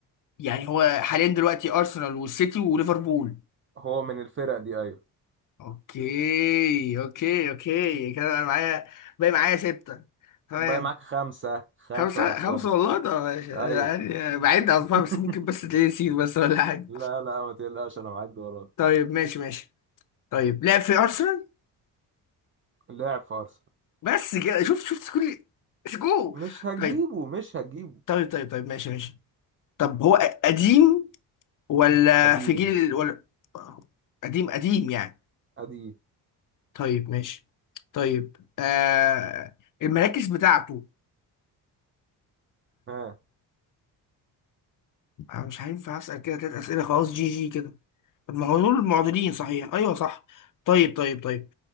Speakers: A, on the left; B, on the right.
A: يعني هو حاليا دلوقتي ارسنال والسيتي وليفربول
B: هو من الفرق دي ايوه
A: اوكي اوكي اوكي كده انا معايا باقي معايا ستة تمام
B: باقي معاك خمسه خمسه
A: خمسة
B: يا نصاب
A: خمسة والله ده ماشي. يعني
B: ايوه
A: بعيد أصفار
B: <laughs>
A: بس ممكن بس تلاقيه نسيت بس ولا حاجة
B: لا لا ما تقلقش انا معاك وراك
A: طيب ماشي ماشي طيب لعب في أرسنال
B: لاعب في ارسنال
A: بس كده شفت شفت كل سكو
B: مش هتجيبه
A: طيب
B: مش هتجيبه
A: طيب طيب طيب ماشي ماشي طب هو قديم ولا
B: قديم
A: في جيل ال- ولا قديم قديم يعني
B: قديم
A: طيب ماشي طيب آه المراكز بتاعته
B: ها
A: أنا مش هينفع أسأل كده تلات أسئلة خلاص جي جي كده طب ما هو دول معضلين صحيح أيوه صح طيب طيب طيب